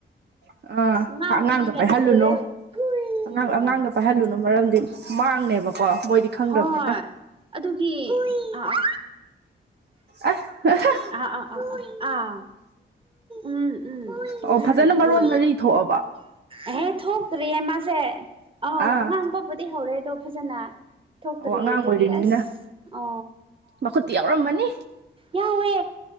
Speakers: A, on the right; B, on the right.
A: ꯑꯥ
B: ꯉꯥꯎꯕꯗ
A: ꯑꯉꯥꯡꯗ
B: ꯌꯥꯗ꯭ꯔꯦꯗ
A: ꯄꯥꯏꯍꯜꯂꯨꯅꯣ ꯑꯉꯥꯡ
B: ꯎꯝ
A: ꯑꯉꯥꯡꯗ ꯄꯥꯏꯍꯜꯂꯨꯅꯨ ꯃꯔꯝꯗꯤ ꯃꯥꯡꯅꯦꯕꯀꯣ ꯃꯣꯏꯗꯤ ꯈꯪꯗꯕꯅꯤꯅ
B: ꯍꯣꯏ ꯑꯗꯨꯒꯤ ꯑꯁ
A: ꯑꯁ ꯑꯍ
B: ꯑꯥ ꯑꯥ ꯑꯥ ꯑ ꯑꯥ ꯎꯝ ꯎꯝ ꯎꯝ
A: ꯑꯣ ꯐꯖꯅ ꯃꯔꯣꯟ
B: ꯎꯝ
A: ꯃꯔꯤ ꯊꯣꯛꯑꯕꯣ
B: ꯑꯦꯍꯦ ꯊꯣꯛꯇ꯭ꯔꯤꯌꯦ ꯃꯥꯁꯦ ꯑꯧ
A: ꯑꯥ
B: ꯉꯥꯡꯕꯕꯨꯗꯤ ꯍꯧꯔꯦꯗꯣ ꯐꯖꯅ ꯊꯣꯛꯇ꯭ꯔꯤꯌꯦ
A: ꯑꯣ ꯑꯉꯥꯡ
B: ꯑꯗꯨꯒꯤ
A: ꯑꯣꯏꯔꯤꯕꯅꯤꯅ
B: ꯑꯁ ꯑ
A: ꯃꯈꯨꯠꯇꯤ ꯌꯥꯎꯔꯝꯃꯅꯤ
B: ꯌꯥꯎꯋꯦ